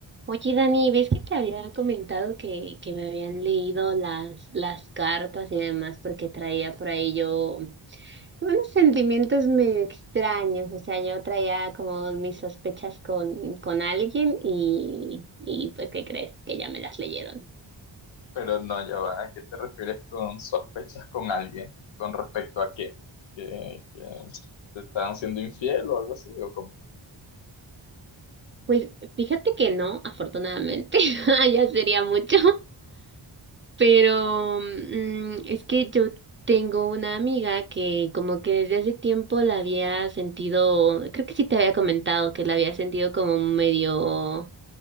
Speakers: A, on the right; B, on the left.
A: Oye, Dani, ¿ves que te había comentado que, que me habían leído las, las cartas y demás? Porque traía por ahí yo unos sentimientos medio extraños. O sea, yo traía como mis sospechas con, con alguien y, y pues, ¿qué crees? Que ya me las leyeron.
B: Pero no, ya va. ¿A qué te refieres con sospechas con alguien? ¿Con respecto a qué? ¿Que, que te están siendo infiel o algo así? ¿O cómo?
A: Pues fíjate que no, afortunadamente, <laughs> ya sería mucho. Pero mm, es que yo tengo una amiga que como que desde hace tiempo la había sentido, creo que sí te había comentado que la había sentido como medio